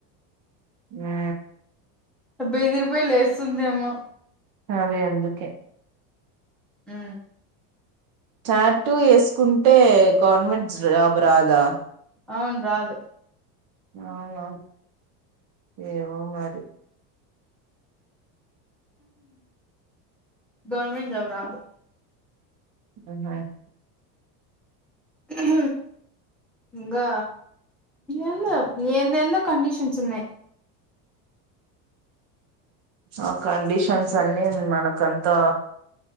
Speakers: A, on the right; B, in the centre.
A: ఆ
B: డెబ్బై ఐదు రూపాయలు లేస్తుంద అమ్మా
A: అదే అందుకే
B: అ
A: చాట్ వేసుకుంటే గవర్నమెెంట్ జాబ్ రాదా
B: అవును రాదు
A: అలా ఏవో మరి
B: గర్మ జబ రాదు
A: <inaudible>
B: హ ఇంకా ఎంత ఎ ఎంత కండిషన్స్ ఉన్నాయి్
A: ఆ కండిషన్స్ అన్ని మనకంతా